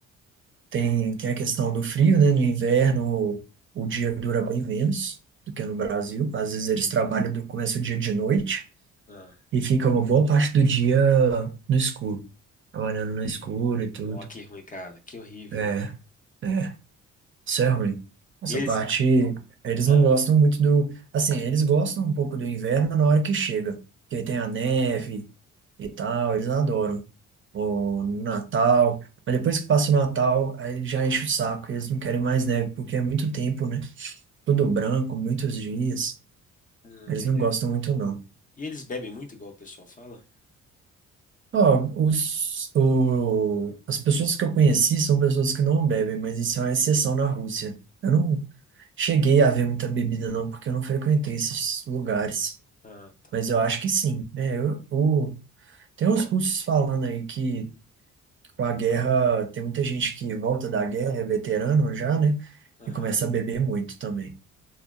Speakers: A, on the right; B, on the left.
A: Tem, tem a questão do frio, né? No inverno, o, o dia dura bem menos do que no Brasil. Às vezes eles trabalham, do, começa o dia de noite
B: ah,
A: e fica uma boa parte do dia no escuro, trabalhando no escuro e tudo.
B: ó, que ruim, cara. Que horrível.
A: É, é, isso é ruim. Essa
B: E eles...
A: parte, eles
B: Ah,
A: não gostam muito do. Assim, eles gostam um pouco do inverno na hora que chega, porque aí tem a neve e tal, eles adoram. ou no Natal. Mas depois que passa o Natal, aí já enche o saco e eles não querem mais neve, porque é muito tempo, né? Tudo branco, muitos dias.
B: hum,
A: Eles
B: entendi.
A: não gostam muito, não.
B: E eles bebem muito, igual o pessoal fala?
A: Ó, os, o, as pessoas que eu conheci são pessoas que não bebem, mas isso é uma exceção na Rússia. Eu não cheguei a ver muita bebida, não, porque eu não frequentei esses lugares.
B: Ah, tá.
A: Mas eu acho que sim. né eu, o- tem uns russos falando aí que Com a guerra, tem muita gente que volta da guerra, é veterano já, né?
B: Aham.
A: E começa a beber muito também.